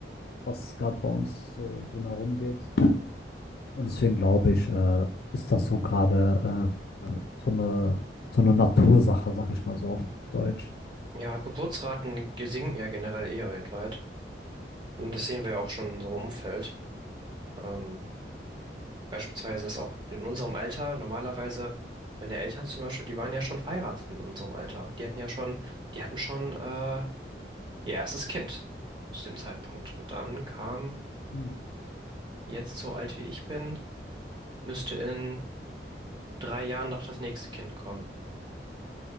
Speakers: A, on the left; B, on the right.
A: was gerade bei uns so drumherum geht. Und deswegen glaube ich, äh, ist das so gerade äh, so eine, so eine Natursache, sag ich mal so auf Deutsch.
B: Ja, Geburtsraten sinken ja generell eher weltweit. Und das sehen wir ja auch schon in unserem Umfeld. Ähm, beispielsweise ist auch in unserem Alter normalerweise, meine Eltern zum Beispiel, die waren ja schon verheiratet in unserem Alter. Die hatten ja schon, die hatten schon äh, ihr erstes Kind zu dem Zeitpunkt. Und dann kam
A: Mhm.
B: jetzt so alt wie ich bin, müsste in drei Jahren noch das nächste Kind kommen.